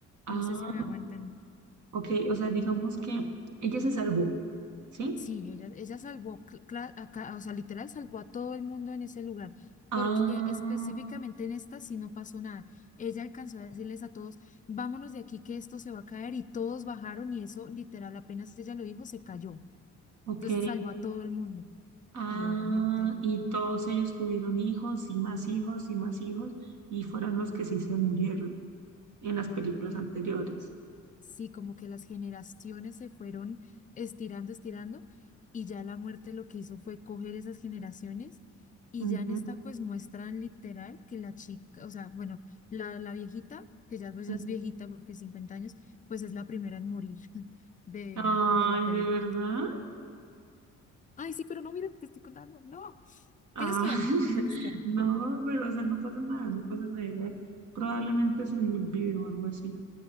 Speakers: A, on the right (about 75°); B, on the left (about 25°).
A: Ah,
B: No sé si me hago entender.
A: ok. O sea, digamos que ella se salvó, ¿sí?
B: Sí, ella, ella salvó, cl- cla- a ca- o sea, literal salvó a todo el mundo en ese lugar,
A: Ah,
B: porque específicamente en esta sí no pasó nada. Ella alcanzó a decirles a todos, vámonos de aquí que esto se va a caer y todos bajaron y eso literal apenas ella lo dijo, se cayó.
A: ok.
B: Entonces salvó a todo el mundo
A: Ah,
B: y obviamente
A: y todos ellos tuvieron hijos y más hijos y más hijos y fueron los que sí se murieron. en las
B: Correcto.
A: películas anteriores.
B: Sí, como que las generaciones se fueron estirando, estirando, y ya la muerte lo que hizo fue coger esas generaciones, y
A: Ujú,
B: ya en esta pues muestran literal que la chica, o sea, bueno, la, la viejita, que ya pues ya
A: ujú.
B: es viejita porque 50 años, pues es la primera en morir <laughs> de,
A: Ay,
B: de la película.
A: ¿de verdad?
B: Ay, sí, pero no, mira, te estoy contando. No,
A: Ah,
B: tienes que
A: <laughs>
B: verla, tienes que verla.
A: no, pero o sea, no pasa nada, no pasa nada igual. Probablemente se me olvide o algo así.